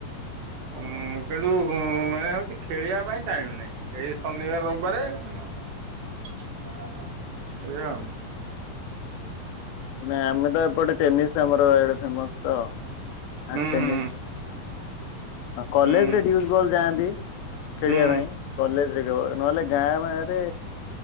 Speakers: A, on the right; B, on the left.
A: ହୁଁ। କିନ୍ତୁ ମାନେ ହେଉଛି ଖେଳିବା ପାଇଁ ଟାଇମ ନାହିଁ ଏଇ ଶନିବାର ରବିବାରେ ଏଇଆ ଆଉ।
B: ମ ଆମେ ତ ଏପଟେ ଟେନିସ୍ ଆମର ଏଇଆଡ଼େ ଫେମସ ତ। ହ
A: ହୁଁ
B: ଟେନିସ୍।
A: ହୁଁ
B: କଲେଜ
A: ହୁଁ ହୁଁ
B: ରେ ପ୍ରିନ୍ସିପାଲ ଯାଆନ୍ତି। ଖେଳିବା
A: ହୁଁ
B: ପାଇଁ କଲେଜ ରେ କେବଳ ନହେଲେ ଗାଁ ହେ